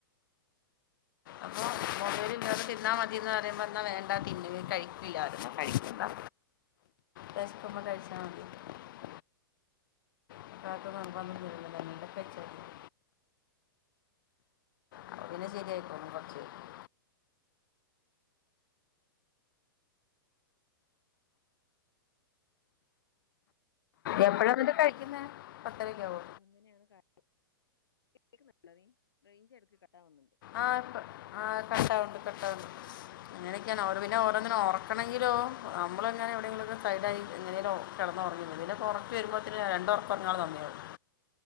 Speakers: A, on the left; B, on the left.
A: അപ്പൊ മൊബൈല് ഇല്ലാതെ തിന്നാ മതീന്ന് പറയുമ്പോ ഇന്നാ വേണ്ട തിന്നാ കഴിക്കില്ലാ <unintelligible> എന്നാ കഴിക്കണ്ടാ വെശക്കുമ്പം കഴിച്ചാ മതി <unintelligible> ഇവിടെ ആർക്കും നിർബന്ധം ഒന്നുല്ലാ വേണെങ്കി കഴിച്ചാ മതി അപ്പ പിന്ന ശരിയായിക്കോളും കൊറച്ച് കഴിഞ്ഞ് എപ്പഴാ പിന്നെ കഴിക്കുന്നെ പത്തരെക്കെ ആവോ?
B: അപ്പ അങ്ങനെയാണ് <unintelligible> കേക്കുന്നുണ്ടോ നീ റേഞ്ച് എടക്ക് കട്ടാവ്ന്ന്ണ്ട്‌
A: ആഹ് ആഹ് കട്ടാവുണ്ട് കട്ടാവുണ്ട് അങ്ങനെക്കെയാണ് ഓറ് പിന്നെ ഓരങ്ങനെ
B: ഉം
A: ഒറ ക്കണെങ്കിലോ നമ്മളങ്ങനെ എവിടെങ്കിലൊക്കെ സൈഡായി എങ്ങനെലും ഒ കെടന്നുറങ്ങും ഇതിനൊക്കെ ഒറക്ക് വരുമ്പത്തിന് രണ്ടൊറക്ക് ഒറങ്ങാൻള്ള സമയാവും